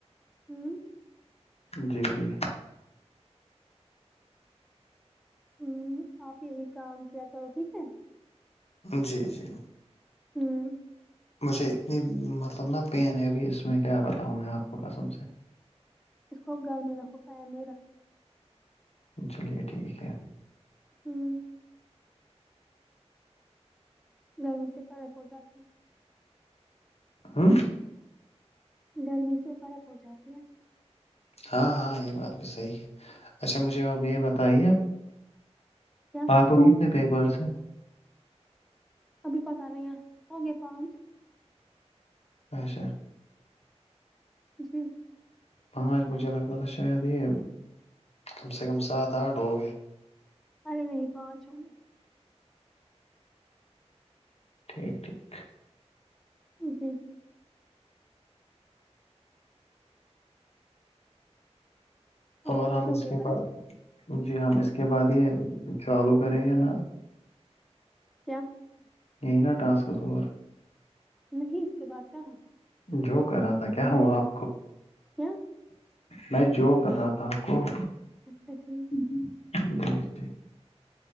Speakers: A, in the centre; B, on the left.
A: ہوں
B: جی جی
A: ہوں آپ یہی کام کیا کرو ٹھیک ہے
B: جی جی
A: ہوں
B: مجھے اتنی مطلب نا پین ہے ابھی اس میں کیا بتاؤں میں آپ کو کسم سے
A: اس کو گھر میں رکھو فین نہیں رکھو
B: چلیے ٹھیک ہے
A: ہوں گرمی سے فرق ہو جاتے ہیں
B: ہوں
A: گرمی سے فرق ہو جاتی ہے
B: ہاں ہاں یہ بات بھی صحیح ہے اچھا مجھے اب یہ بتائیے
A: کیا
B: آپ کو کتنے پیپرس ہے
A: ابھی پتتا نہیں ہے ہوگے پانچ
B: اچھا
A: جی
B: پانچ مجھے لگتا تھا شاید یہ کم سے کم سات آٹھ ہو گیا
A: ارے نہیں پانچ ہوں گے
B: ٹھیک ٹھیک
A: جی
B: اور
A: تمہیں
B: ہم
A: کب
B: اس
A: پیپر
B: کے بعد
A: ہے
B: جی ہم اس کے بعد یہ چالو کریں گے نا
A: کیا
B: یہ نا ٹاسکس اور
A: نہیں اس کے بعد کہاں
B: جوک کر رہا تھا کیا ہوا آپ کو
A: کیا
B: میں جوک کر رہا تھا آپ کو
A: اچھا ٹھیک
B: جی جی